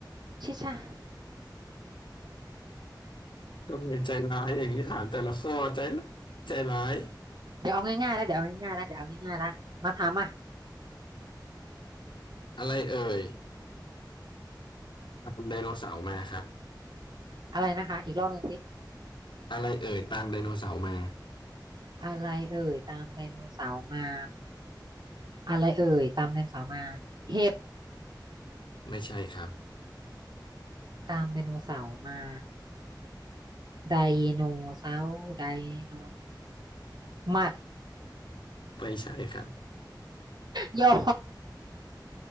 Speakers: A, on the right; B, on the left.
A: ชิชะ
B: ทำไมใจร้ายอย่างนี้ถามแต่ละข้อใจละใจร้าย
A: เดี๋ยวเอาง่ายๆแล้วเดี๋ยวเอาง่ายๆแล้วเดี๋ยวเอาง่ายๆแล้วมาถามอ่ะ
B: อะไรเอ่ยตามไดโนเสาร์มาครับ
A: อะไรนะคะอีกรอบหนึ่งสิ
B: อะไรเอ่ยตามไดโนเสาร์มา
A: อะไรเอ่ยตามไดโนเสาร์มาอะไรเอ่ยตามไดโนเสาร์มาเห็บ
B: ไม่ใช่ครับ
A: ตามไดโนเสาร์มาไดโนเสาร์ไดโนหมัด
B: ไม่ใช่ครับ
A: ยอ